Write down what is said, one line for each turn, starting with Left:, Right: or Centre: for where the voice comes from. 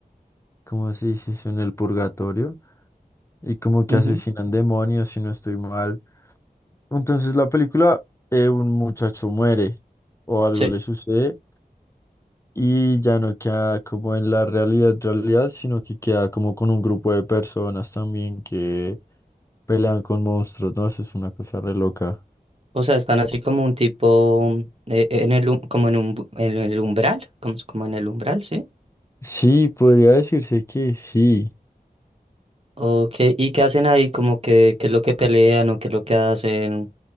Left: ¿cómo se dice eso? En el purgatorio y como que
Right: Ujú,
Left: asesinan demonios si no estoy mal. Entonces la película, eh, un muchacho muere o algo
Right: Sí.
Left: le sucede y ya no queda como en la realidad realidad, sino que queda como con un grupo de personas también que Pelean con monstruos, no, eso es una cosa re loca.
Right: O sea, están así como un tipo eh, en el, um- como en un, bu- en el umbral, como, como en el umbral, ¿sí?
Left: Sí, podría decirse que sí.
Right: Ok, ¿y qué hacen ahí? Como que, qué es lo que pelean o qué es lo que hacen,